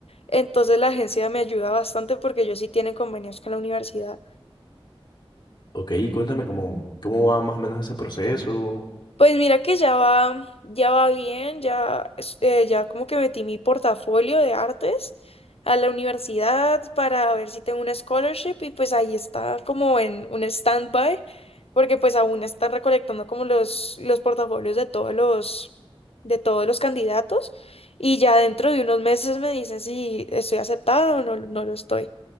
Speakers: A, on the left; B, on the left.
A: Entonces la agencia me ayuda bastante porque ellos sí tienen convenios con la universidad.
B: Ok, cuéntame cómo, cómo va más o menos ese proceso.
A: Pues mira que ya va, ya va bien, ya, es- eh, ya como que metí mi portafolio de artes a la universidad para ver si tengo una scholarship y pues ahí está como en un standby, porque pues aún están recolectando como los, los portafolios de todos los, de todos los candidatos y ya dentro de unos meses me dicen si estoy aceptada o no, no lo estoy.